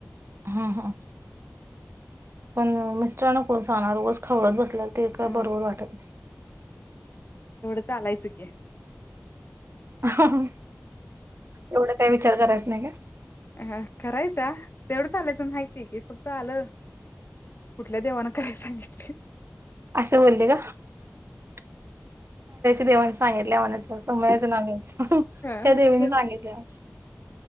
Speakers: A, on the right; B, on the left.
A: हा हा पण अ मिस्टरांना कोण सांगणार उगच खवळत बस ते काय
B: अ
A: बरोबर वाटत नाही
B: चालायच की
A: ह्ह्ह एवढा काय विचार करायच नाही काय. <inaudible>
B: अ करायचा तेवढंच चालायचं माहिती की फक्त आलं कुठल्या देवाना कराय सांगितलय.
A: असं बोलले का. <unintelligible> देवनी सांगितल्या म्हणा त्या समाज्याच नाव घ्यायच
B: हा
A: त्या देवीनी
B: ते
A: सांगितल्या